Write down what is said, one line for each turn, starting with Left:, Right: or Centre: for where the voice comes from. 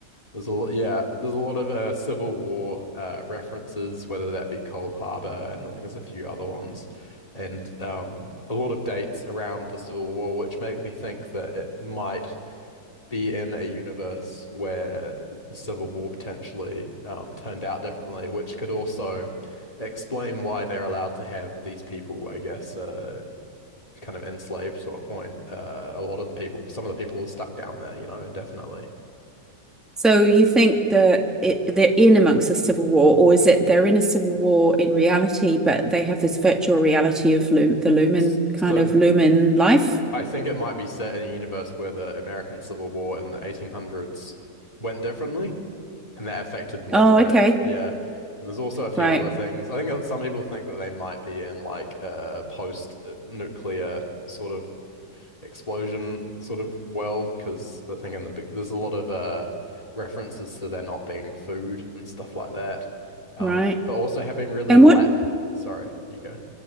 Left: there's a lo- yeah, there's a lot of uh, Civil War uh, references, whether that be Cold Harbor, and I think there's a few other ones and um, a lot of dates around the Civil War, which make me think that it might be in a universe where the Civil War potentially um, turned out differently, which could also explain why they're allowed to have these people, I guess, uh, kind of enslaved to a point. Uh, a lot of the people, some of the people are stuck down there, you know, indefinitely.
Centre: So you think that it, they're in amongst a civil war, or is it they're in a civil war in reality, but they have this virtual reality of Lum, the Lumen
Left: S-
Centre: kind
Left: So
Centre: of Lumen life?
Left: I think it might be set in a universe where the American Civil War in the 1800s went differently. And that affected modern
Centre: Oh,
Left: day.
Centre: okay,
Left: Yeah. And there's also a few
Centre: right,
Left: other things. I think that some people think that they might be in like a post-nuclear sort of explosion sort of world because the thing in the big, there's a lot of uh references to there not being food and stuff like that. Um,
Centre: right.
Left: but also having really
Centre: And
Left: let,
Centre: what
Left: sorry, you go.